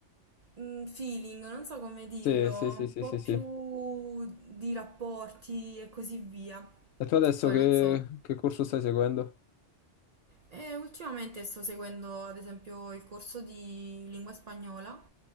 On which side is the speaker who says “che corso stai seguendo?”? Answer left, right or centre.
Left